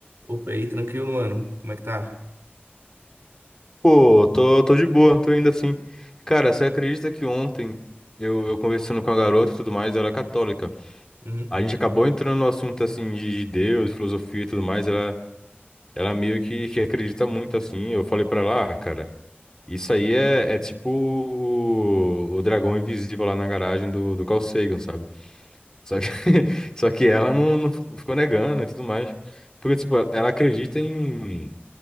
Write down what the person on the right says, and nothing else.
Opa, e aí, tranquilo, mano? Como é que tá?
Uhum.